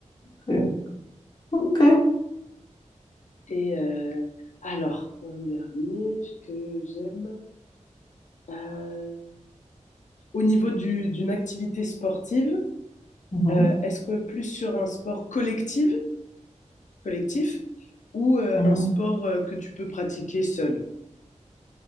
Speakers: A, on the left (about 35°); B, on the left (about 70°).
A: Ouais. Ok.
B: Et euh, alors un dernier que j'aime. Euh, au niveau du- d'une activité sportive,
A: Mhm,
B: euh, est-ce que plus sur un sport collectif collectif ou euh,
A: mhm.
B: un sport euh, que tu peux pratiquer seul.